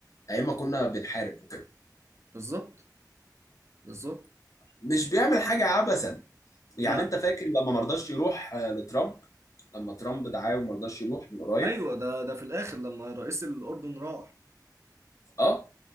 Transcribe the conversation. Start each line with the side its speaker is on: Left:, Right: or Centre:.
Left: ايام ما كنا بنحارب وكده
Right: بالظبط بالظبط
Left: مش بيعمل حاجه عبثا يعني
Right: لا
Left: انت فاكر لما مرضاش يروح آه، لترامب لما ترامب دعاه وما رضاش يروح من قريب
Right: ايوه ده ده في الاخر لما رئيس الاردن راح
Left: اه